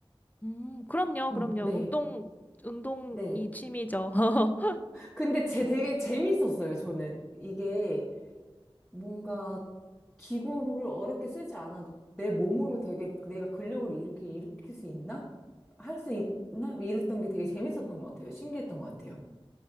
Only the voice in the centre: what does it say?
응,
네,
네.
근데 제 되게 재밌었어요, 저는. 이게 뭔가 기구를 어렵게 쓰지 않아도 내 몸으로 되게 내가 근력을 이렇게 일으킬 수 있나? 할 수 있나? 이랬던 게 되게 재밌었던 것 같아요. 신기했던 것 같아요.